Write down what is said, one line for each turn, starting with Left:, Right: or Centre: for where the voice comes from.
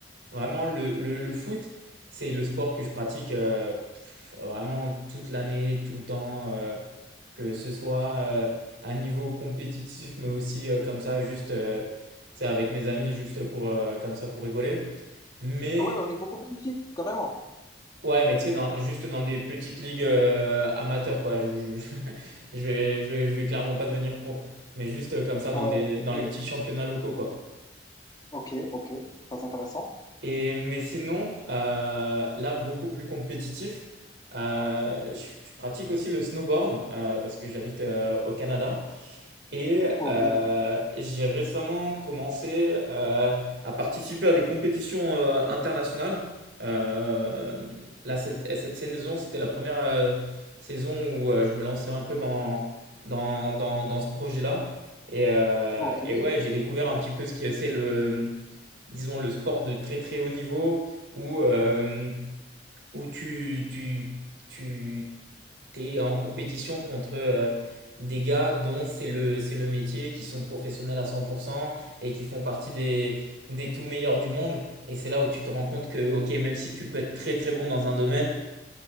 Right: vraiment, le, le- le foot, c'est le sport que je pratique euh, pff, vraiment toute l'année, tout le temps. euh, que ce soit euh, à un niveau compétitif, mais aussi euh, comme ça, juste euh, tu sais, avec mes amis, juste pour, euh, comme ça, pour rigoler. Mais
Left: Ah ouais, au niveau compétitif, carrément.
Right: ouais, mais tu sais, dans, juste dans des petites ligues euh, amateurs, quoi. Je, je, je- <laughs> je vais, je vais, je vais clairement pas devenir pro, mais juste euh, comme ça, dans
Left: Ouais,
Right: des,
Left: ok,
Right: dans les petits championnats locaux, quoi.
Left: ok, ok. Très intéressant.
Right: Et, mais sinon, euh, là, beaucoup plus compétitif, euh, je, je pratique aussi le snowboard euh, parce que j'habite euh, au Canada. Et
Left: Ok,
Right: euh, j'ai récemment commencé euh, à participer à des compétitions euh, internationales. Euh, là, cette, cette saison, c'était la première euh, saison où euh, je me lançais un peu dans, dans, dans, dans ce projet-là. Et, euh,
Left: ok.
Right: et ouais, j'ai découvert un petit peu ce qui c'est le, disons, le sport de très très haut niveau où euh, où tu, tu, tu t'es en compétition contre euh, des gars dont c'est le, c'est le métier, qui sont professionnels à 100% et qui font partie des, des tout meilleurs du monde. Et c'est là où tu te rends compte que, ok, même si tu peux être très très bon dans un domaine,